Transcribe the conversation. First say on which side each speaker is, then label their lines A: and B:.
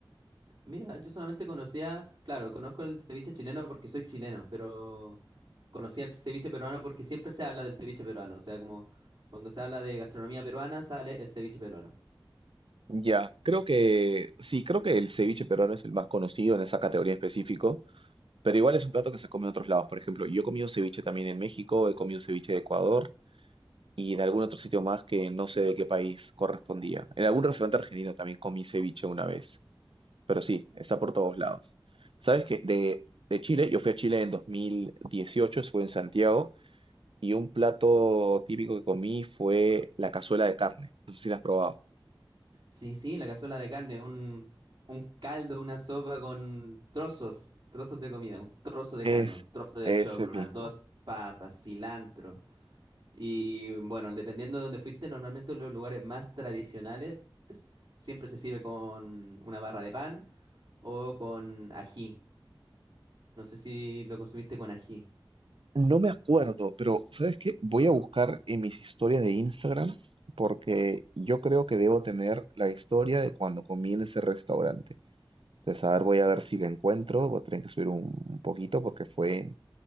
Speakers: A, on the right (about 50°); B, on the right (about 80°).
A: Mira, yo solamente conocía, claro, conozco el ceviche chileno porque soy chileno, pero conocía el ceviche peruano porque siempre se habla del ceviche peruano. O sea, como cuando se habla de gastronomía peruana, sale el ceviche peruano.
B: Ya, creo que sí, creo que el ceviche peruano es el más conocido en esa categoría específica. Pero igual es un plato que se come en otros lados. Por ejemplo, yo he comido ceviche también en México, he comido ceviche de Ecuador y en algún otro sitio más que no sé de qué país correspondía. En algún restaurante argentino también comí ceviche una vez. Pero sí, está por todos lados. ¿Sabes qué? De, de Chile, yo fui a Chile en 2018, estuve en Santiago y un plato típico que comí fue la cazuela de carne. No sé si la has probado.
A: Sí, sí, la cazuela de carne, un, un caldo, una sopa con trozos, trozos de comida, un trozo de
B: Es
A: carne, un trozo de
B: ese
A: choclo,
B: mismo.
A: unas dos papas, cilantro. Y bueno, dependiendo de dónde fuiste, normalmente en los lugares más tradicionales siempre se sirve con una barra de pan o con ají. No sé si lo consumiste con ají.
B: No me acuerdo, pero ¿sabes qué? Voy a buscar en mis historias de Instagram porque yo creo que debo tener la historia de cuando comí en ese restaurante. Entonces, a ver, voy a ver si la encuentro. Voy a tener que subir un, un poquito porque fue,